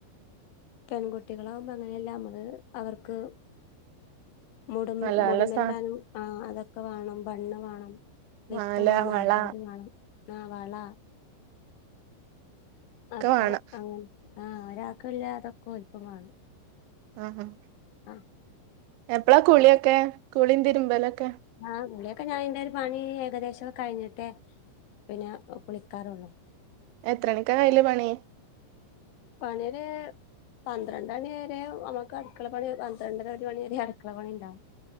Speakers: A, on the left; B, on the right.
A: പെൺകുട്ടികളാവുമ്പോ അങ്ങനെയല്ലാ നമ്മള് അവർക്ക്. മുടും
B: നല്ല
A: മുടിമ്മേലിടാനും
B: നല്ല സാ
A: ആ അതൊക്കെ വേണം ബണ്ണ് വേണം ക്ലിപ്പ്
B: മാല
A: വാണം
B: വള
A: ആർബാന്റ് വേണം ആ വളാ
B: ഒക്കെ
A: അപ്പൊ
B: വേണം
A: അങ്ങനെ ആ ഒരാൾക്കൊല്ല അതൊക്കെ ഓൽക്കും വേണം.
B: ആഹാ
A: ആഹ്
B: എപ്പളാ കുളിയൊക്കെ കുളീം തിരുമ്പലൊക്കെ
A: ആ കുളിയൊക്കെ ഞാനെന്റെയൊരു പണി ഏകദേശൊക്കെ കഴിഞ്ഞിട്ടേ പിന്നെ കുളിക്കാറൊള്ളു.
B: എത്ര മണിക്കൂറായില്ലെ പണി
A: പണിയൊര് പന്ത്രണ്ടണിയരെ നമ്മക്ക് അടുക്കളപണി പന്ത്രണ്ടര ഒരുമണിവരെ അടുക്കള പണിയൊണ്ടാവും.